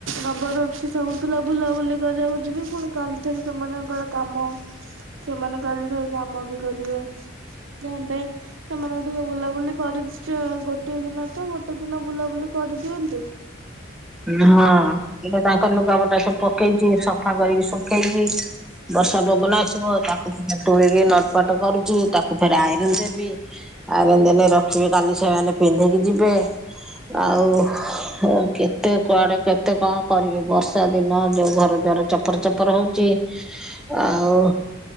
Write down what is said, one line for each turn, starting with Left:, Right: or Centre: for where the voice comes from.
Right: ରବବାର ଅଛି ସବୁ ପିଲା ବୁଲାବୁଲି କରିବାକୁ ଯିବି ପୁଣି କାଲିଠାରୁ ସେମାନଙ୍କର କାମ ସେମାନେ କାଲିଠାରୁ କାମ ବି କରିବେ? ତ ଏବେ ସେମାନେ ଟିକେ ବୁଲାବୁଲି କରିଛ ଗୋଟଏ ଦିନ ତ ଗୋଟେ ଦିନ ବୁଲାବୁଲି ବୁଲି କରିଦିଅନ୍ତୁ।
Centre: ହଁ ଏଇନା ତାଙ୍କ ଲୁଗା ପଟା ସବୁ ପକେଇଛି ସଫା କରିକି ଶୁଖେଇଛି। ବର୍ଷା ପବନ ଆସିବ ତାକୁ ପୁଣି ତୋଳିକି ନଟପଟ କରୁଛି ତାକୁ ଫେରେ ଆଇରନ ଦେବି। ଆଇରନ ଦେଲେ ରଖିବି କାଲି ସେମାନେ ପିନ୍ଧିକି ଯିବେ। ଆଉ ଓକେ। କେତେ କୁଆଡେ କେତେ କଣ କରିବେ ବର୍ଷା ଦିନ ଯୋଉ ଘର ଦ୍ଵାର ଚପର ଚପର ହଉଛି। -ଆଉ